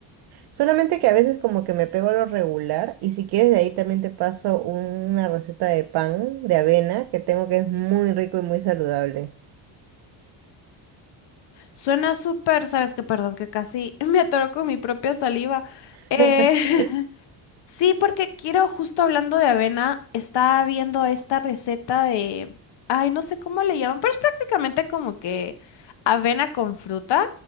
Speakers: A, on the right; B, on the left.
A: Solamente que a veces como que me pego a lo regular y si quieres de ahí también te paso una receta de pan de avena que tengo que es muy rico y muy saludable.
B: Suena súper, sabes que perdón que casi <laughs> me atoro con mi propia saliva. Eh,
A: <laughs>
B: <laughs> Sí, porque quiero, justo hablando de avena, estaba viendo esta receta de, ay, no sé cómo le llaman, pero es prácticamente como que avena con fruta,